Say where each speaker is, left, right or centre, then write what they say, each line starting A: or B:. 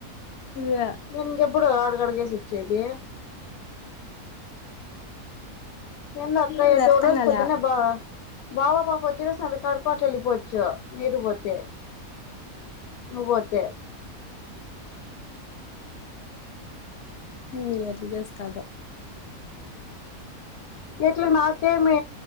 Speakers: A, on the left; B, on the left.
A: ఇదే
B: నంక ఎప్పుడు ఆడు క్కడగసుచ్చేది ఎంత అక్కా
A: ఇది
B: ఏతేడ
A: అర్థం కాలే
B: పొద్తున్న బా బాబా పాా పోచ్చ అ కాడు కోట్లు వెళ్లిపోచ్చు చ నిరవతే ము పోోతే
A: <inaudible> చేస్తాద
B: ఇట్లా నాకేమి